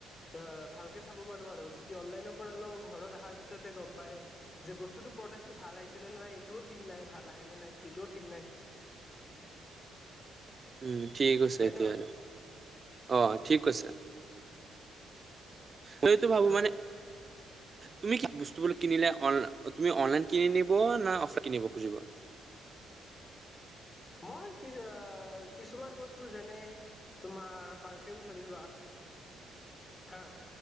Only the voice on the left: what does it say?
অ ভালকে চাব পাৰো আৰু যদি অনলাইনৰ পৰা লও ঘৰত <unintelligible> তাৰ পিছতে গম পাই যে বস্তুতটো প্ৰডাক্টটো ভাল আহিছে নে নে নাই এইটোও ঠিক নাই ভাল আহে নে নাই সটোও ঠিক নাই
হয়
ন
হয়
মই কি কিছুমান বস্তু যেনে তোমাৰ পাৰফিউম ধৰি লোৱা হা